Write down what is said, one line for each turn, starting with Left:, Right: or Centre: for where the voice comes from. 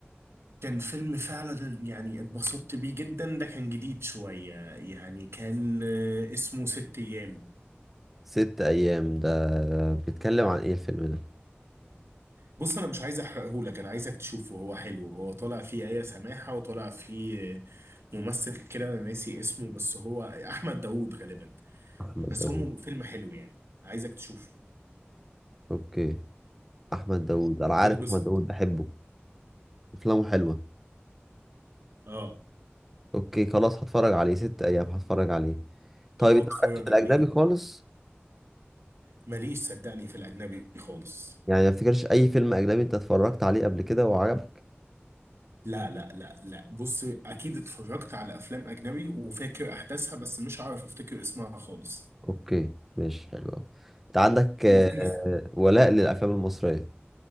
Right: كان فيلم فعلا يعني اتبسطت بيه جدا ده كان جديد شوية يعني كان آه، اسمه ست ايام
Centre: ست ايام ده بيتكلم عن ايه الفيلم ده
Right: بص انا مش عايز احرقهولك انا عايزك تشوفه هو حلو هو طالع فيه آية سماحة وطالع فيه ممثل كده انا ناسي اسمه بس هو احمد داوود غالبا
Centre: احمد
Right: بس
Centre: داوود
Right: هو م- فيلم حلو يعني عايزك تشوفه
Centre: اوكي احمد داوود انا
Right: هتتبسط
Centre: عارف احمد داوود بحبه افلامه حلوه
Right: اه
Centre: اوكي خلاص هتفرج عليه ست ايام هتفرج عليه طيب
Right: اه
Centre: انت
Right: اتفرج
Centre: مالكش في الاجنبي
Right: عليه
Centre: خالص
Right: ماليش صدقني في الاجنبي خالص
Centre: يعني ما افتكرش اي فيلم اجنبي انت اتفرجت عليه قبل كده وعجبك
Right: لا لا لا لا بص اكيد اتفرجت على افلام اجنبي وفاكر احداثها بس مش عارف افتكر اسمها خالص
Centre: اوكي ماشي حلو قوي انت عندك آه،
Right: وفي
Centre: ولاء للافلام المصريه